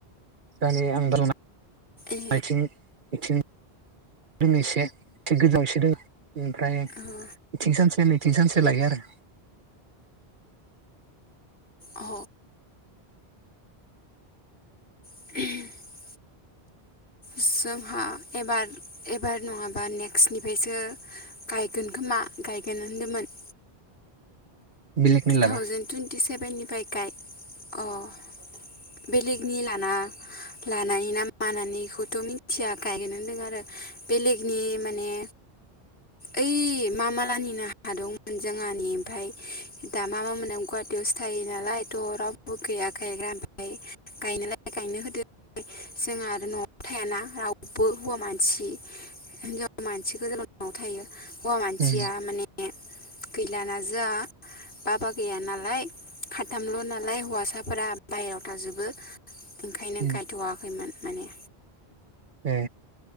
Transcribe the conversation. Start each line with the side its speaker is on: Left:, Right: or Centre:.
Right: दानि आन्दलना
Left: ए
Right: आथिं इथिं रोङैसे थिग गोजांसो दोङो एसे रो ओमफ्राय
Left: औ
Right: बिथिं सानसे नैथिं सानसे लायो आरो।
Left: अ ओहम जोंहा एबार एबार नङाबा नेक बिसोनिफ्रायसो गायगोन खोमा गायगोन होनदोंमोन
Right: बेलेगनि
Left: टु
Right: लाना
Left: थावजेेन टुइन्टि सेभेननिफ्राय गायद अ' बेलेगनि लाना लानाय ना मानानैखौथ' मिथिया। गायोनो होन्दों आरो बेलेगनि माने ओइ मामालाहानिनो हा दंमोन जोंहानि। ओमफ्राय दा मामा मोना गुवाहाटियावसो थायो नालाय थ' रावबो गैया गायग्रा ओमफ्राय गायनोलाय गायनो होदों। जोंहा आरो न'आव थायाना रावबो हौवा मानसि। हिनजाव मानसि गोजाल' न'आव थायो। हौवा मानसिया
Right: उम
Left: माने गैलाना जोंहा बाबा गैया नालाय साथामल' नालाय हौवासाफोरा बाहेरायाव थाजोबो। ओंखायनो
Right: उम
Left: गायथ'वाखैमोन माने।
Right: ए